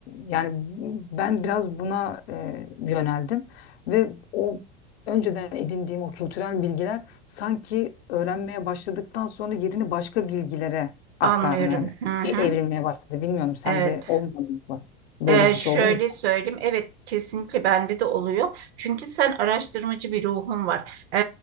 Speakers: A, on the left; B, on the right.
A: yani ben biraz buna e, yöneldim ve o önceden edindiğim o kültürel bilgiler sanki öğrenmeye başladıktan sonra yerini başka bilgilere aktarmaya
B: Anlıyorum. Hı hı.
A: evrilmeye başladı. Bilmiyorum sende
B: Evet.
A: olmadı mı? Böyle
B: Ee,
A: bir
B: şöyle
A: şey oldu mu? hiç?
B: söyleyeyim, evet kesinlikle bende de oluyor. Çünkü sen araştırmacı bir ruhun var. Ee,